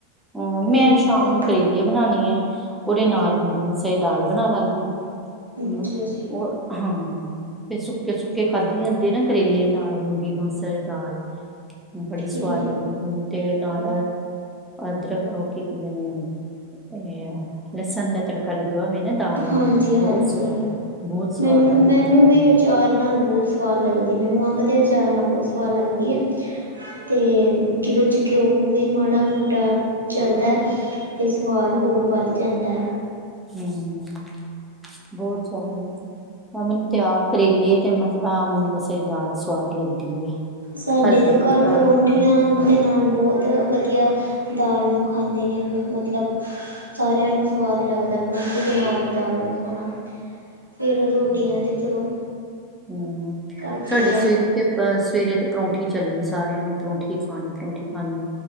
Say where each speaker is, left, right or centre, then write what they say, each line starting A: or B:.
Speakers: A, in the centre; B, on the right.
A: ਹੂੰ
B: ਮੂੰਗੀ
A: ਮੈਂ ਸ਼ਾਮ
B: ਦੀ
A: ਨੂੰ ਕਰੇਲੇ ਬਣਾਨੇ ਹੈ, ਉਹਦੇ ਨਾਲ ਮੂੰਗੀ ਮਸਰ ਦੀ ਦਾਲ ਬਣਾ ਲਾਂਗੀ। <unintelligible>
B: ਅੱਛਾ ਜੀ
A: ਉਹ ਹਾਂ ਫਿਰ ਸੁ ਸੁੱਕੇ ਸੁੱਕੇ ਖਾਧੀ ਜਾਂਦੇ ਨਾ, ਕਰੇਲੇ ਨਾਲ ਮੂੰਗੀ ਮਸਰ ਦੀ ਦਾਲ। ਬੜੀ
B: ਠੀਕ
A: ਸਵਾਦ ਲੱਗਦੀ ਮੈਨੂੰ ਤੇ ਨਾਲ ਅਦਰਕ, ਲੋਕੀ <unintelligible> ਲਸਨ ਦਾ ਤੜਕਾ। ਕਾ ਲੱਗਾ ਹੋਵੇ ਨਾ ਦਾਲ ਨੂੰ,
B: ਹਾਂਜੀ ਹਾਂਜੀ
A: ਬਹੁਤ ਸਵਾਦ, ਬਹੁਤ ਸਵਦ,
B: ਮੈਨੂੰ
A: ਬਣਦੀ
B: ਮੈਨੂੰ
A: ਘਰੇ।
B: ਵੀ ਅਚਾਰ ਨਾਲ ਬਹੁਤ ਸਵਾਦ ਲੱਗਦੀ ਮੈਨੂੰ, ਅੰਬ ਦੇ ਅਚਾਰ ਨਾਲ ਬਹੁਤ ਸਵਾਦ ਲੱਗਦੀ ਹੈ। ਤੇ ਕਿਵੇਂ ਘਿਓ ਵੀ ਮਾੜਾ ਮੋਟਾ ਚੱਲਦਾ ਹੈ। ਤੇ ਸਵਾਦ ਹੋਰ ਵੱਧ ਜਾਂਦਾ।
A: ਹੂੰ ਬਹੁਤ <unintelligible> ਮੈਨੂੰ ਤੇ ਆਪ ਕਰੇਲੇ ਤੇ ਮੂੰਗੀ ਮਸਰ ਦੀ ਦਾਲ ਸਵਾਦ ਲੱਗਦੀ ਹੈ
B: ਸਾਡੇ
A: ਹਲਕਾ
B: ਤੇ
A: ਫੁਲਕਾ
B: ਘਰ ਪਰੋਂਠੀਆਂ
A: ਹਾਂ
B: ਦੇ ਨਾਲ ਬਹੁਤ। ਵਧੀਆ ਦਾਲ ਨੂੰ ਖਾਂਦੇ ਨੇ ਮਤਲਬ ਸਾਰਿਆਂ ਨੂੰ ਸਵਾਦ ਲੱਗਦਾ ਪਰੌਠੀ ਦੇ ਨਾਲ ਦਾਲ ਨੂੰ ਖਾਣਾ। ਫਿਰ ਰੋਟੀਆਂ ਤੇ ਚਲੋ
A: ਹੂੰ
B: ਘੱਟ
A: ਸਾਡੇ
B: ਹੀ ਹੈ
A: ਸਵੇਰੇ ਤੇ ਅ ਸਵੇਰੇ ਤੇ ਪਰੌਂਠੀ ਚੱਲਣੀ ਸਾਰਿਆਂ ਨੇ। ਪਰੌਂਠੀ ਖਾਣੀ ਪਰੌਂਠੀ ਖਣੀ